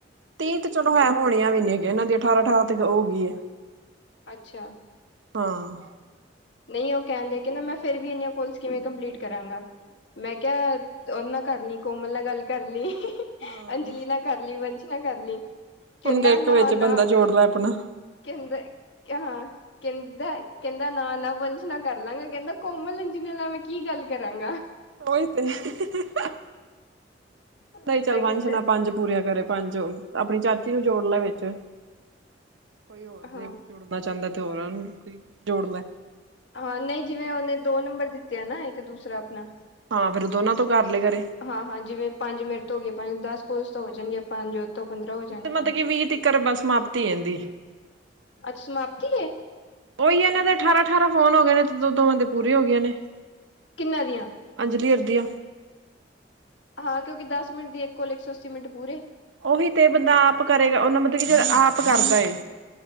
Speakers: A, on the right; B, on the left.
A: ਤੀਹ ਤੇ ਚਲੋ ਹੈ ਹੋਣੀਆਂ ਵੀ ਨੀ ਹੈਗੇ ਇਹਨਾਂ ਦੀ ਅਠਾਰਾਂ -ਅਠਾਰਾਂ ਤੇ ਹੋ ਗਈ ਹੈ।
B: ਅੱਛਾ
A: ਹਾਂ।
B: ਨਹੀਂ ਉਹ ਕਹਿੰਦੇ ਕਹਿੰਦਾ ਮੈਂ ਫਿਰ ਵੀ ਇਨ ਕੋਲਸ ਕਿਵੇਂ ਕੰਪਲੀਟ ਕਰਾਂਗਾ। ਮੈਂ ਕਿਹਾ ਉਹਨਾਂ ਕਰ ਲਈ ਕੋਮਲ ਨਾਲ ਗੱਲ ਕਰ ਲਈ। <inaudible>
A: ਹਾਂ
B: ਅੰਜਲੀ ਨਾ ਕਰ ਲਈ ਵੰਸ਼ ਨਾ ਕਰ ਲਈ। ਕਹਿੰਦਾ
A: ਹੁਣ ਕਹਿ ਇੱਕ
B: ਨਾ-ਨਾ
A: ਵਿੱਚ ਬੰਦਾ ਜੋੜ ਲੈ ਆਪਣਾ
B: ਕਹਿੰਦਾ ਹਾਂ ਕਹਿੰਦਾ, -ਕਹਿੰਦਾ ਨਾ -ਨਾ ਵੰਸ਼ ਨਾਲ ਕਰ ਲਾਂਗਾ ਕਹਿੰਦਾ ਕੋਮਲ ਜੀ ਨਾਲ ਮੈਂ ਕੀ ਗੱਲ ਕਰਾਂਗਾ।
A: ਉਈ ਤੇ <inaudible>
B: ਮੈਂ
A: ਚਲ ਵੰਸ਼
B: ਕਿਹਾ
A: ਨਾਲ
B: ਚ
A: ਪੰਜ ਪੂਰੀ ਹੋ ਗਏ ਕਰੇ ਪੰਜ ਉਹ ਆਪਣੀ ਚਾਚੀ ਨੂੰ ਜੋੜ ਲੈ ਵਿੱਚ ਕੋਈ ਹੋਰ
B: ਹਾਂ
A: ਜੇ ਜੋੜਨਾ ਚਾਹੁੰਦਾ ਤੇ ਹੋਰ ਨੂੰ ਜੋੜ ਲੈ
B: ਹਾਂ ਨਹੀਂ ਜਿਵੇਂ ਉਹਨੇ ਦੋ ਨੰਬਰ ਦਿੱਤੇ ਆ ਨਾ ਇੱਕ ਦੂਸਰਾ ਆਪਣਾ
A: ਹਾਂ ਫੇਰ ਦੋਨਾਂ ਤੋਂ ਕਰ ਲਏ ਕਰੇ।
B: ਹਾਂ-ਹਾਂ ਜਿਵੇਂ ਪੰਜ ਮਿੰਟ ਤੋਂ ਹੋ ਗਏ ਪੰਜ ਦਸ ਕੋਲਸ ਤਾਂ ਹੋ ਜਾਣਗੀਆਂ। ਪੰਜ ਤੋਂ ਪੰਦਰਾਂ ਹੋ ਜਾਣਗੀਆਂ
A: ਮਤਲਬ ਕਿ ਵੀਹ ਤੀਕਰ ਬਸ ਸਮਾਪਤੀ ਐਂਦੀ।
B: ਅੱਜ ਸਮਾਪਤੀ ਹੈ।
A: ਉਹੀ ਨੇ ਤੇ ਅਠਾਰਾਂ -ਅਠਾਰਾਂ ਫੋਨ ਹੋ ਗਏ ਨੇ ਤੇ ਦੋ- ਦੋ ਬੰਦੇ ਪੂਰੇ ਹੋ ਗਏ ਨੇ।
B: ਕਿੰਨਾਂ ਦੀਆਂ
A: ਅੰਜਲੀ ਅਰਦੀਆ
B: ਹਾਂ ਕਿਉਂਕਿ ਦੱਸ ਮਿੰਟ ਦੀ ਇੱਕ ਕੋਲ ਇੱਕ ਸੌ ਅੱਸੀ ਮਿੰਟ ਪੂਰੇ
A: ਉਹੀ ਤੇ ਬੰਦਾ ਆਪ ਕਰੇਗਾ ਉਹਨਾ ਮਤਲਬ ਕਿ ਜਿਹੜਾ ਆਪ ਕਰਦਾ ਏ